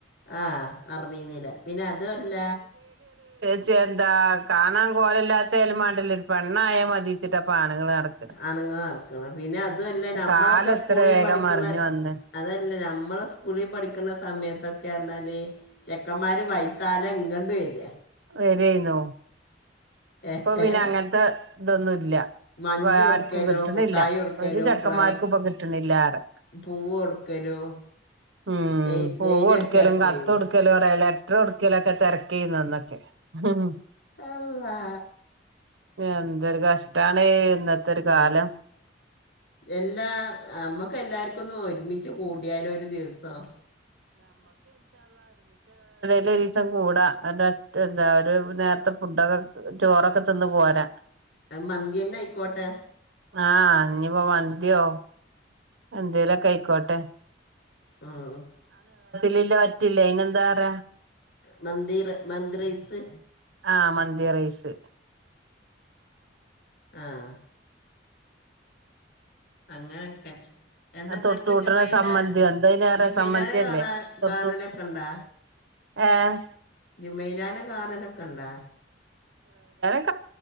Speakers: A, on the left; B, on the right.
A: ആ അറിഞ്ഞീന്നില്ല പിന്നെ അതുല്ല
B: ച്ച് ന്താ കാണാൻ കോലല്ലാത്ത യാലുംമാണ്ടില്ല ഒരു പെണ്ണായ മതിച്ചിട്ടാപ്പ ആണുങ്ങള് നടക്കണ്
A: അണുങ്ങള്നടക്ക്ണ പിന്നെ അതു അല്ല നമ്മളൊക്കെ
B: കാലം എത്ര
A: സ്കൂളിൽ
B: വേഗം
A: പഠിക്കുന്ന
B: മറിഞ്ഞു വന്ന്
A: അതല്ലേ നമ്മെ സ്കൂളിൽ പഠിക്കുന്ന സമയത്തൊക്കെ എന്നെ ചെക്കന്മാർ വൈത്താല ഇങ്ങൾ ണ്ട് വയ്യ
B: വരയിന്നോ
A: ഏഹ്
B: ഇപ്പൊ പിന്നെ അങ്ങനത്തെ ഇതൊന്നുംല്ല
A: മഞ്ച്
B: ഇപ്പൊ
A: കൊടുക്കലും
B: ആർക്കും കിട്ടണില്ല
A: മുട്ടായി കൊടുക്കലും
B: ഒരു ചെക്കന്മാർക്കും
A: ഫ്ലവർ
B: ഇപ്പൊ കിട്ടണില്ല ആറെ
A: പൂവ് കൊടുക്കലും
B: ഉം
A: ലൈ-
B: പൂവ
A: ലൈൻ
B: കൊടുക്കലും
A: അടിച്ചടക്കരുത്
B: കത്ത് കൊടുക്കലും പറ ലെറ്റർ കൊടുക്കലൊക്കെ തിരക്ക ചെയുന്ന ഒന്നൊക്കെ ആഹ്
A: അള്ളാ
B: എന്തൊരു കഷ്ടാണ് ഇന്നത്തെ ഒരു
A: ഓ
B: കാലം
A: എല്ലാ നമ്മക്ക് എല്ലാർക്കും ഒന്നും ഒരുമിച്ച് കൂടി യാലോ ഒരു ദിവസം
B: ഒര് ദിവസം കൂടാ എന്താ ഒരു നേരത്തെ ഫുഡൊക്കെ ചോറൊക്കെ തിന്ന പോരാ
A: അ മന്തിന്നെ ആയിക്കോട്ടെ
B: ആഹ് ഇനിപ്പോ മന്തിയോ അന്തേലൊക്കെ അയ്ക്കോട്ടെ
A: ആഹ്
B: ലില്ല പറ്റില്ല അന് എന്താ പറ
A: മന്തി മാന്തിറൈസ്
B: ആഹ് മന്തി റൈസ്
A: ആഹ് അങ്ങനൊക്കെ എന്താർപ്പ
B: തൊട്ടൂട്ടണ
A: ജുമയില
B: സമ്മന്തിയോ എന്താ അയിന് പറയാ
A: ജുമയിലാനെ
B: സമ്മന്തിയല്ലേ
A: കാണാ
B: തൊട്ടൂട്ട
A: കാണലൊക്കെ ഉണ്ടാ
B: ഏഹ്
A: ജുമയിലാനെ കാണലൊക്കെ ഉണ്ടാ
B: കാണ